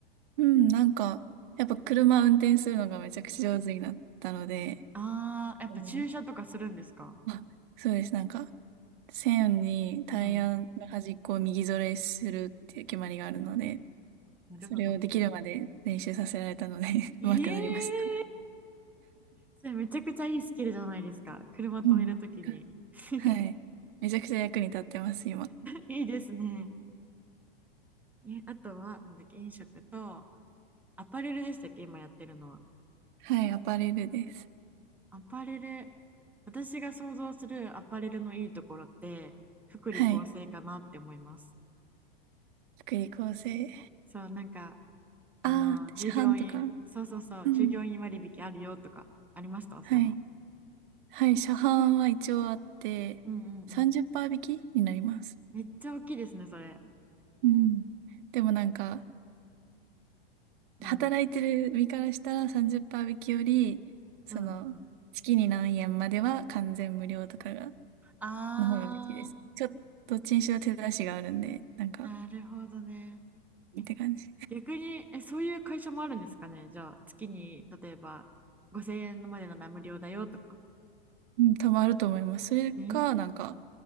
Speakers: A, on the right (about 55°); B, in the centre.
A: うん、なんか、やっぱ車運転するのがめちゃくちゃ上手になったので、
B: ああ、やっぱ駐車とかするんですか
A: うんあ、そうです。なんか、線にタイヤの端っこを右ぞれするっていう決まりがあるので、
B: うん。なるほど。
A: それをできるまで練習させられたので <laughs> 上手くなりました。
B: ええそれめちゃくちゃいいスキルじゃないですか。車止めるときに。
A: うん。
B: <laughs>
A: はい。めちゃくちゃ役に立ってます、今。
B: いいですね。え、あとは、なんだっけ、飲食と、アパレルでしたっけ、今やってるのは。
A: はい、アパレルです。
B: アパレル、私が想像するアパレルのいいところって、福利厚生かなって思います。
A: はい。福利厚生。
B: そう、なんか、あの、
A: ああ、
B: 従業員、
A: 市販とか。
B: そうそうそう、
A: うん。
B: 従業員割引あるよとか、ありましたそういうの。
A: はい。はい。車販は一応あって、
B: うんうんうん。
A: 30%引きになります。
B: めっちゃ大きいですね、それ。
A: うん。でもなんか、
B: うん。
A: 働いてる身からしたら30%引きより、その、
B: うんうん。
A: 月に何円までは完全無料とかが、
B: あ
A: の方が嬉しいですね。ちょっと、どっちにしろ手出しがあるんで、なんか、
B: ー、なるほどね。え
A: って感じ。
B: 逆に、え、そういう会社もあるんですかねじゃあ、月に、例えば、5000円までなら無料だよとか。
A: うん、多分あると思います。それか、
B: えー、
A: なんか、